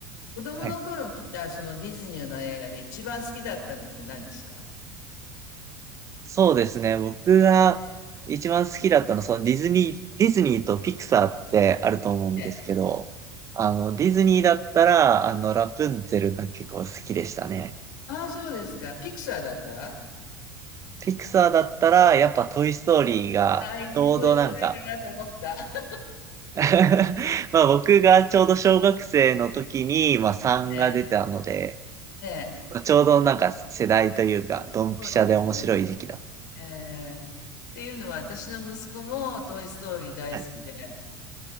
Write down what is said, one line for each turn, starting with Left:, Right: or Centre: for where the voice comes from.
Left: 子供の頃見たそのディズニーの映画で一番好きだったのって何ですか
Right: はい。そうですね。僕が一番好きだったのは、そのディズニー、ディズニーとピクサーってあると思うんですけど、
Left: え
Right: あの、ディズニーだったら、あの、ラプンツェルが結構好きでしたね。
Left: ああ、そうですか。ピクサーだったら
Right: ピクサーだったら、やっぱトイストーリーが、
Left: はい、
Right: ちょうどなんか
Left: トイストーリーかなと思った。<laughs>
Right: <laughs> まあ僕がちょうど小学生の時に、まあ3が出たので、
Left: ええ、ええ
Right: まあちょうどなんか世代というか、ドンピシャで面白い時期だっ
Left: そうですね。ええ、っていうのは私の息子もトイストーリー大好きで、
Right: た。はい